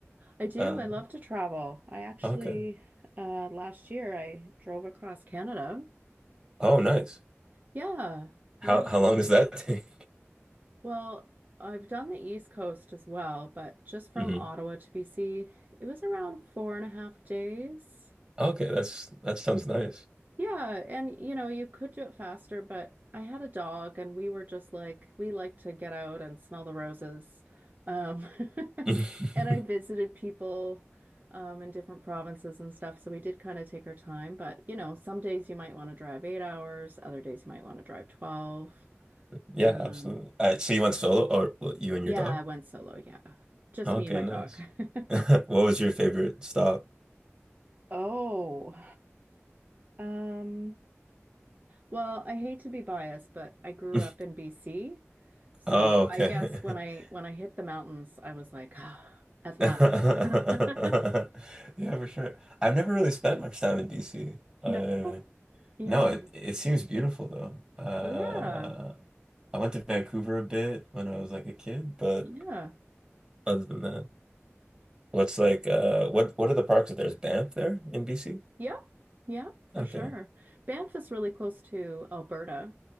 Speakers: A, on the right (about 40°); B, on the right (about 20°).
A: I do.
B: Uh,
A: I love to travel. I actually,
B: okay.
A: uh, last year I drove across Canada.
B: Oh, nice.
A: Yeah,
B: How
A: yeah.
B: how long does that take?
A: Well, I've done the East Coast as well, but just from
B: <laughs> hmm
A: Ottawa to BC, it was around four and a half days.
B: Okay, that's that sounds nice.
A: Yeah, and you know, you could do it faster, but I had a dog and we were just like we like to get out and smell the roses. Um <laughs>
B: <laughs>
A: and I visited people um in different provinces and stuff, so we did kind of take our time, but you know, some days you might want to drive 8 hours, other days you might want to drive 12.
B: Yeah,
A: Um
B: absolutely. Uh, so you went solo, or well, you and
A: yeah,
B: your dog?
A: I went solo, yeah. Just
B: Okay,
A: me and my
B: nice.
A: dog.
B: <laughs> What
A: <laughs>
B: was your favorite stop?
A: Oh. Um Well, I hate to be biased, but I grew
B: <laughs>
A: up in BC. So
B: Oh, okay.
A: I guess when I
B: <laughs>
A: when I hit the mountains, I was like, <sighs> ah,
B: <laughs>
A: at last.
B: Yeah,
A: <laughs>
B: for sure. I've never really spent much time in BC. Uh,
A: No. Yeah.
B: no, it it seems beautiful though. Uh,
A: But yeah.
B: I went to Vancouver a bit when I was like a kid, but
A: Yeah.
B: other than that, what's like uh what what are the parks that there's Banff there in BC?
A: Yep. Yep, for
B: Okay.
A: sure. Banff is really close to Alberta.